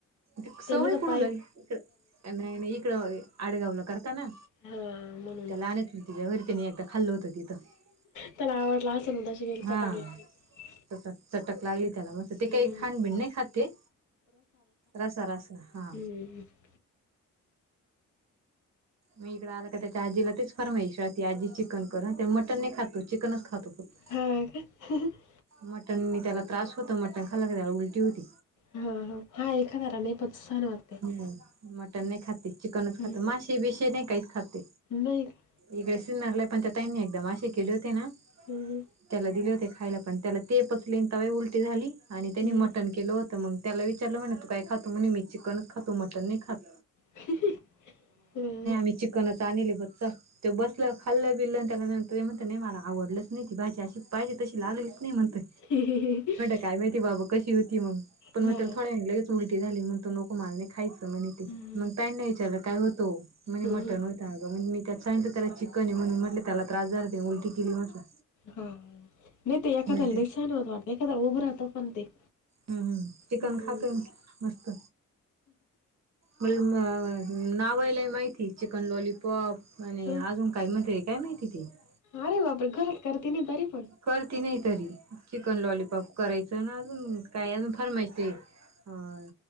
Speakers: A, on the right; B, on the left.
A: ते
B: त्यांणी
A: सवय
B: त <unintelligible>
A: नाही इकड आडगाव करता ना
B: हा म्हणून
A: त्याला रती एकदा खाल्ल होतं तिथं. <unintelligible>
B: त्याला आवडला असेल तशी
A: हा
B: चटक लागली. <unintelligible>
A: तस चटक लागली त्याला मस्त ते
B: हम्म
A: काही खाड बिड नाही खाते. रस रस हा. <unintelligible>
B: हमं. <unintelligible>
A: मी इकडे आला का त्याच्या आजीला तेच फार माहिश राहते आजी चिकन कर अ ते मटन नाही खातो चिकनच खातो फक्त.
B: हा का. <unintelligible>
A: मटनी त्याला त्रास होतो मटन खायला क त्याला उलटी होती.
B: हा हा एखाद्या ला नाही पचत सहान व्हतय. <unintelligible>
A: मटन नाही खाते चिकनच
B: हम्म.
A: खाते मासे बेसे नाही काहीच खाते.
B: नाही का
A: इकडे सिन्नरला पण त्या ताईंनी एकदम असे केले होते ना
B: हम्म.
A: त्याला दिले होते खायला पण त्याला ते पचले तवा उलटी झाली आणि त्यानी
B: हम्म.
A: मटण के केलं होतं मग त्याला विचारलं म्हणे तू काय खातो म्हणे मी चिकनच खातो मटन नाही खात‌.
B: हम्. <unintelligible>
A: मी चिकनच आणली ब च ते बसलं खाल्लं बिललं त्यानंतर त म्हणत नाही मला आवडलंच नाही ती भाजी अशी पाहिजे तशी लागलीच नाही म्हणतय.
B: <unintelligible> <unintelligible>
A: काय माहिती बाबा कशी होती मग पण
B: हा.
A: मग त्याला थोड्या व लगेच उलटी झाली मग नको तो मला नाही खायच. ते
B: हम्म.
A: मग का नाही विचारलं काय होतो म्हणे
B: हम्म.
A: मटन मग मी त्यात सांगितलं त्याला चिकन आहे म्हण म्हटले त्याला त्रास झाला उलटी केली म्हटलं.
B: हा नाही ते एखाद्या
A: म्हणत्या
B: सहन होत वाटतते एखाद उभ राहतो पण ते
A: हम्म हम्म चिकन
B: हम्म.
A: खातोय मस्त‌. मला नाव लई माहिती चिकन लॉलीपॉप, म्हणे
B: ह.
A: अजून काय म्हंणतय काय माहिती ते. <unintelligible>
B: अरे बापरे घरात करते मी तरी <unintelligible>
A: करती नाही तरी चिकन लॉलीपॉप. <unintelligible> करायचं ना अजून काय अजून फार माहिती आहे